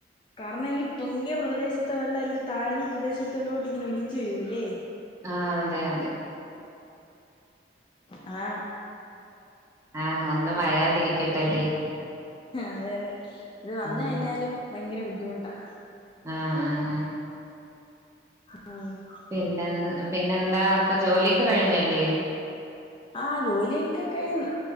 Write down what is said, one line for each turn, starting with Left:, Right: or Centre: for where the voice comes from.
Left: കാരണം ഈ പൊങ്ങിയ പ്രദേശത്തെ വെള്ളം എല്ലാം താഴ്ന്ന പ്രദേശത്തോട്ട് ഇങ്ങനെ ഒലിച്ചു വരൂല്ലേ
Right: ആഹ് അതെ അതെ
Left: അതാണ്
Right: ആഹ് ഒന്നും വരാതിരിക്കട്ടല്ലേ
Left: അതെ അതെ ഇത് വന്ന
Right: ഉം
Left: കഴിഞ്ഞാലും ഭയങ്കര ബുദ്ധിമുട്ടാണ്
Right: ആഹ് ആഹ്
Left: ഉം
Right: പിന്നെ പിന്നെന്താ അപ്പൊ ജോലിയൊക്കെ കഴിഞ്ഞല്ലേ
Left: ആഹ് ജോലിയൊക്കെ കഴിഞ്ഞു